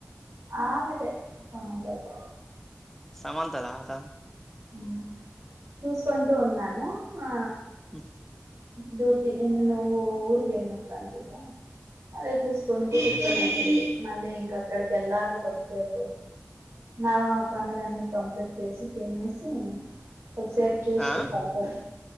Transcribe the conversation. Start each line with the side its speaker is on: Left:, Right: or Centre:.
Right: ఆమెతే సమాంతది
Centre: సమంతదట
Right: ఊ చూసుకుంటూ ఉన్నాను ఆ
Centre: ఉ
Right: డ్యూటీ ఊ నువ్వు ఊరికి పోయినప్పుడు అనుకుంట అదే చూసుకుంటూ కూర్చొనేంది మళ్ళీ ఇంకా అక్కడికి వెళ్ళాక కొద్దిసేపు నా పనులన్నీ కంప్లీట్ చేసి తినేసి కొదిసేపు చూసి
Centre: ఆ
Right: పడుకొని